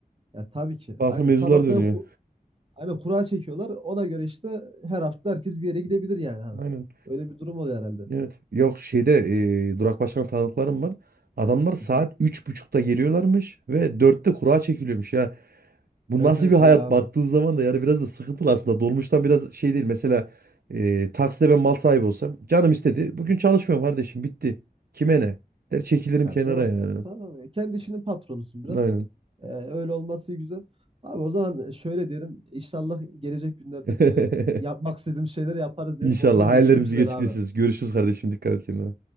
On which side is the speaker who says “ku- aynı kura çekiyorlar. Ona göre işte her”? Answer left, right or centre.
Right